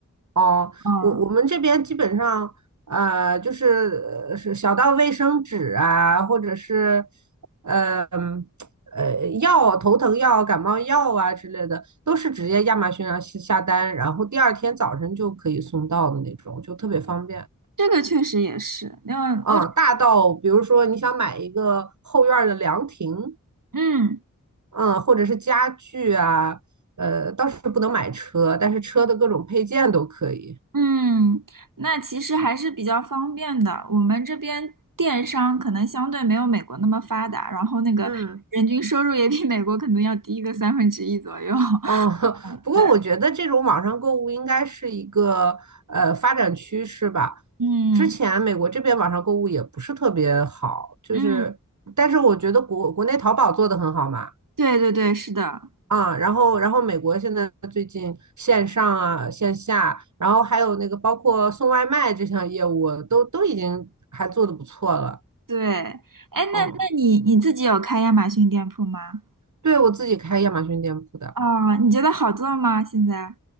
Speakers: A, on the right (about 65°); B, on the right (about 80°).
A: 哦，
B: 嗯，
A: 我我们这边基本上，呃，就是呃是小到卫生纸啊，或者是，呃嗯呃药、头疼药、感冒药啊之类的，都是直接亚马逊上下下单，然后第二天早晨就可以送到的那种，就特别方便。
B: 这个确实也是，因为欧洲，
A: 嗯，大到比如说你想买一个后院儿的凉亭，
B: 嗯
A: 嗯，或者是家具啊，呃，倒是不能买车，但是车的各种配件都可以。
B: 嗯，那其实还是比较方便的。我们这边电商可能相对没有美国那么发达，然后那个人均收入也比美国可能要低个三分之一左右。
A: 嗯。哦，<laughs>
B: <laughs>
A: 不过我觉得这种网上购物应该是一个呃发展趋势吧。
B: 对，嗯
A: 之前美国这边网上购物也不是特别好，就是，
B: 嗯，
A: 但是我觉得国国内淘宝做的很好嘛，
B: 对对对，是的。
A: 啊，然后然后美国现在最近线上啊线下，然后还有那个包括送外卖这项业务都都已经还做的不错了，
B: 对，哎，
A: 嗯，
B: 那那你你自己有开亚马逊店铺吗？
A: 对我自己开亚马逊店铺的，
B: 哦，你觉得好做吗？现在？